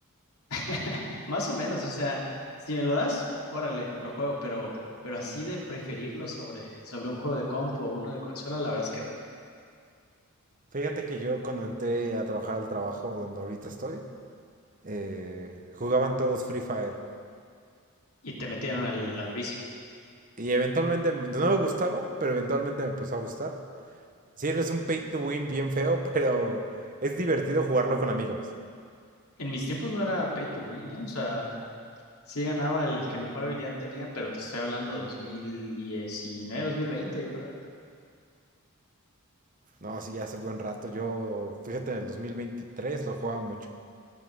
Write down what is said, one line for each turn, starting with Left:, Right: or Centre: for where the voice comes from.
Left: <laughs> Más o menos, o sea, si me lo das, órale, lo juego, pero, pero así de preferirlo sobre, sobre un juego de compu o uno de consola, la verdad es que no.
Right: Fíjate que yo cuando entré a trabajar al trabajo donde ahorita estoy, eh, jugaban todos Free Fire.
Left: Y te metieron al, al vicio.
Right: Y eventualmente, m- no me gustaba, pero eventualmente me empezó a gustar. Sí, es un pay to win bien feo, <laughs> pero es divertido jugarlo con amigos.
Left: En mis tiempos no era pay to win, ¿eh? O sea, sí ganaba el que mejor habilidad tenía, pero te estoy hablando de 2019, 2020, yo creo, ¿eh?
Right: No, sí, ya hace buen rato. Yo, fíjate, en el 2023 lo jugaba mucho.